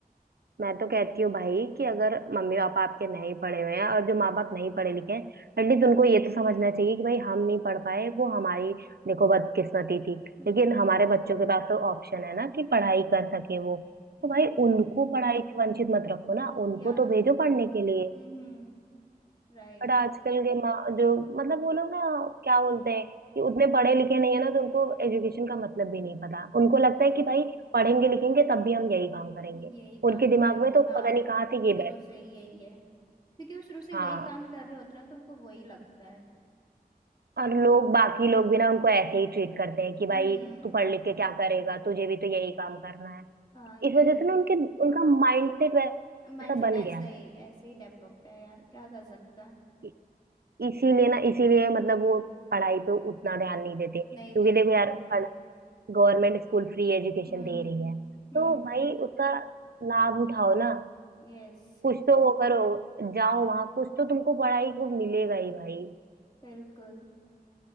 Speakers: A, on the right (about 85°); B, on the left (about 25°).
A: मैं तो कहती हूँ भाई कि अगर मम्मी पापा आपके नहीं पढ़े हुए हैं और जो माँ बाप नहीं पढ़े लिखे हैं एटलीस्ट उनको ये तो समझना चाहिए कि भाई हम नहीं पढ़ पाए वो हमारी देखो बदकिस्मती थी
B: हम्म
A: लेकिन हमारे बच्चों के पास तो ऑप्शन है ना कि पढ़ाई कर सके वो
B: या
A: तो भाई उनको पढ़ाई से वंचित मत रखो ना उनको
B: या
A: तो भेजो पढ़ने के लिए
B: हम्म हम्म। राइट
A: बट आजकल के माँ जो मतलब वो लोग ना क्या बोलते हैं कि उतने पढ़े लिखे नहीं है ना तो उनको एजुकेशन का मतलब भी नहीं पता उनको लगता है कि भाई पढ़ेंगे लिखेंगे तब भी हम यही काम करेंगे
B: यही काम
A: उनके
B: करेंगे
A: दिमाग में तो
B: हाँ
A: पता नहीं कहाँ से ये
B: शुरू से ही यही है क्योंकि वो शुरू से
A: हाँ
B: वही काम कर रहे होते हैं ना तो उनको वही लगता है
A: और लोग बाकी लोग भी ना उनको ऐसे ही ट्रीट करते हैं कि भाई
B: हम्म
A: तू पढ़ लिख के क्या करेगा तुझे भी तो यही काम करना है
B: हाँ यही
A: इस वजह से ना उनके उनका माइंडसेट वैसा
B: माइंडसेट
A: बन
B: ऐसा
A: गया है
B: ही ऐसे ही डेवलप्ड है यार क्या कर सकता है
A: इ- इसीलिए ना इसीलिए मतलब वो पढ़ाई पे उतना ध्यान नहीं देते क्योंकि
B: नहीं दे पाता
A: देखो यार गवर्नमेंट स्कूल फ्री एजुकेशन
B: हम्म
A: दे रही है
B: हम्म
A: तो भाई उसका लाभ उठाओ ना
B: यस
A: कुछ तो वो करो जाओ वहां कुछ तो तुमको पढ़ाई को मिलेगा ही भाई
B: बिल्कुल